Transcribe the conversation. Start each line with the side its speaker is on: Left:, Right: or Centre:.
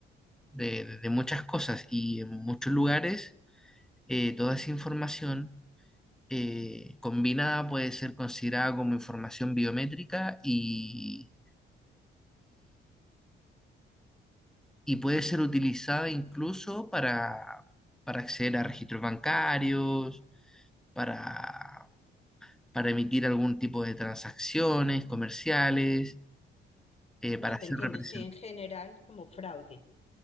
Centre: de, de muchas cosas. Y en muchos lugares, eh, toda esa información eh, combinada puede ser considerada como información biométrica y, y puede ser utilizada incluso para, para acceder a registros bancarios, para, para emitir algún tipo de transacciones comerciales, eh, para
Left: No, te
Centre: ser
Left: entiendo,
Centre: representados.
Left: sí, en general, como fraude.